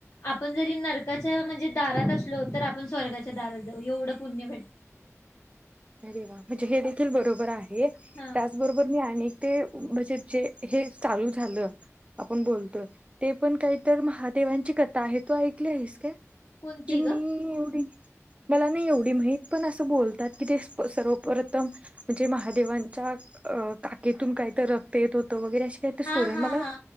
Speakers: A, on the left; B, on the right.
A: आपण जरी नरकाच्या म्हणजे दारात असलो तर आपण स्वर्गाच्या दारात जाऊ एवढं पुण्य भेट
B: अरे वा म्हणजे हे देखील बरोबर आहे.
A: हा
B: बरोबर मी आणि ते म्हणजे जे हे चालू झालं आपण बोलतोय ते पण काहीतर महादेवांची कथा आहे तू ऐकली आहेस का?
A: कोणती
B: म्हणजे
A: ग
B: मी एवढी मला नाही एवढी माहित पण असं बोलतात. तीथेचं सर्व प्रथम म्हणजे महादेवांच्या अं काखेतून काहीतर रक्त येत होतं वगरे अशी तेतर
A: हा
B: स्टोरी हे
A: हा
B: मला
A: हा